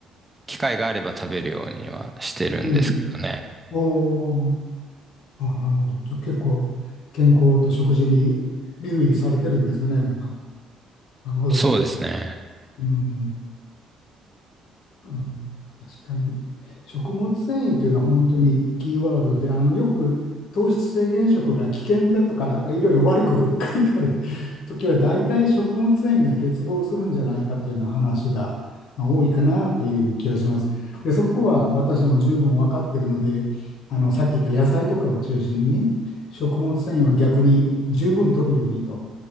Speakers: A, on the right (about 15°); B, on the left (about 70°).
A: 機会があれば食べるようにはしてるんですけどね。
B: うん。おーあ、なるほど。じゃあ結構健康と食事に留意されてるんですよね。な、なるほど。
A: そうですね。
B: うん。うん確かに。食物繊維というのは本当にキーワードで、あのよく糖質制限食が危険だとか、いろいろ悪く <laughs> 書いてある時は、大体食物繊維が欠乏するんじゃないかというような話がまあ多いかなという気がします。で、そこは私も十分分かっているので、あのさっき言った野菜とかを中心に、食物繊維は逆に十分取るようにと